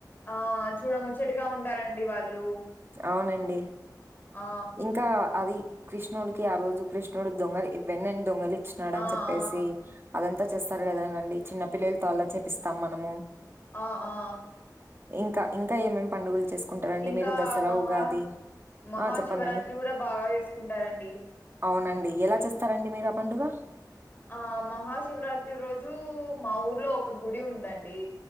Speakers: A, on the left; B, on the right.
A: ఆ చూడ ముచ్చటగా ఉంటారండి వాళ్ళు
B: అవునండి.
A: ఆ
B: ఇంకా అవి కృష్ణుడికి ఆ రోజు కృష్ణుడు దొంగలు వెన్నని దొంగలి చినాడు అని
A: ఆ
B: చెప్పేసి
A: ఆ
B: అదంతా చేస్తారు కదండి చిన్న పిల్లలతో అలా చేపిస్తాం మనము
A: ఆ ఆ
B: ఇంకా ఇంకా ఏమేం పండుగలు చేసుకుంటారండి
A: ఇంకా
B: మీరు దసరా,
A: మహా
B: ఉగాది
A: మహాశివరాత్రి
B: ఆ చెప్ పనండి,
A: కూడా బాగా చేసుకుంటారండి
B: అవునండి ఎలా చేస్తారండి మీరు ఆ పండుగ?
A: ఆ మహాశివరాత్రి రోజు మా ఊర్లో ఒక గుడి ఉందండి.